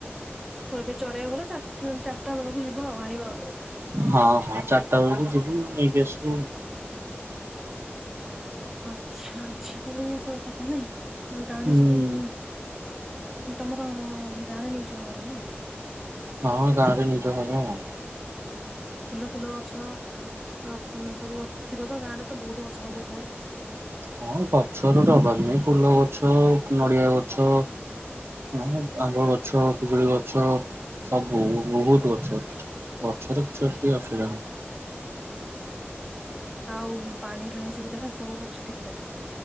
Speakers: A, in the centre; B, on the right.
A: ହୋଉ ଏବେ ଚରେଇବାକୁ ଗଲ ଚାରଟା ଚାରଟା ବେଳକୁ ଯିବ ଆଉ ଆଣିବ
B: ହଁ ହଁ ଚାରଟା ବେଳକୁ ଯିବୁ ନେଇକି ଆସିବୁ।
A: ଆଚ୍ଛା ଆଚ୍ଛା ତାହେଲେ ଏସବୁ କଥା ନାଇଁ ଆଉ ଗାଁରେ
B: ହୁଁ
A: ସବୁ ତମର ଗାଁରେ ନିଜ ଘର ନାଇଁ।
B: ହଁ ଗାଁରେ ନିଜ ଘର ଆଉ।
A: ଫୁଲ ଫୁଲ ଗଛ ଆ ସବୁ ଥିବ ତ ଗାଁରେ ତ ବହୁତ ଗଛ ଫଛ ଥାଏ।
B: ହଁ ଗଛର ଏଠି ଅଭାବ ନାହିଁ ଫୁଲ ଗଛ ନଡିଆ ଗଛ। ଆଉ ଆମ୍ବ ଗଛ ପିଜୁଳି ଗଛ ସବୁ ବହୁତ ଗଛ ଅଛି। ଗଛର କିଛି ଏଠି ଅସୁବିଧା ନାହିଁ।
A: ଆଉ ପାଣି ଫାଣି ସୁବିଧା ସବୁ ଅଛି ଠିକ୍ ଠାକ୍?